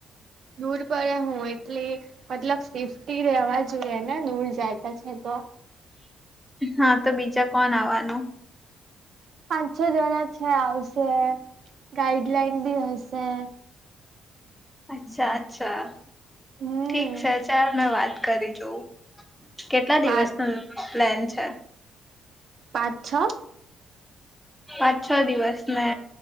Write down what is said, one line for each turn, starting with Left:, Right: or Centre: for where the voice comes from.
Right: દૂર પડ્યા હું એટલે મતલબ સેફ્ટી રહેેવા જોઈએ ને દૂર જાયતા છે તો.
Centre: હા તો બીજા કોણ આવવાનું?
Right: પાંચ છ જણા છે આવશે, ગાઈડલાઈન બી હશે.
Centre: અચ્છા અચ્છા,
Right: હમ
Centre: ઠીક છે ચાલ મેં વાત કરી લઉ. કેટલા દિવસ
Right: વાત
Centre: નું પ્લેન છે?
Right: પાંચ છ.
Centre: પાંચ છ દિવસ, ને